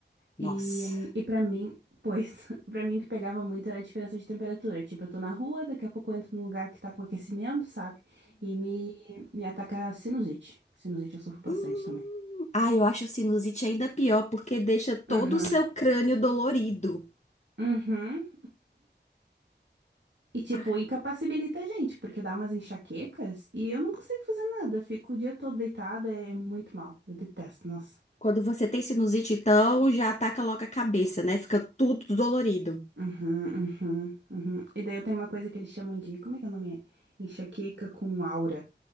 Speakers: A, on the left; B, on the right.
A: Nossa.
B: E, e para mim, pois, <laughs> pra mim o que pegava muito era a diferença de temperatura. Tipo, eu tô na rua, daqui a pouco eu entro num lugar que tá com aquecimento, sabe? E me, me ataca a sinusite. Sinusite eu sofro bastante
A: Hum.
B: também.
A: Ah, eu acho sinusite ainda pior porque deixa todo
B: Uhum,
A: o seu crânio dolorido.
B: uhum. E, tipo,
A: Ah,
B: incapacibilita a gente, porque dá umas enxaquecas e eu não consigo fazer nada. Eu Fico o dia todo deitada, é muito mal. Eu detesto, nossa.
A: Quando você tem sinusite, então já ataca logo a cabeça, né? Fica tudo dolorido.
B: Uhum, uhum, uhum. E daí eu tenho uma coisa que eles chamam de, como é que é o nome? Enxaqueca com aura,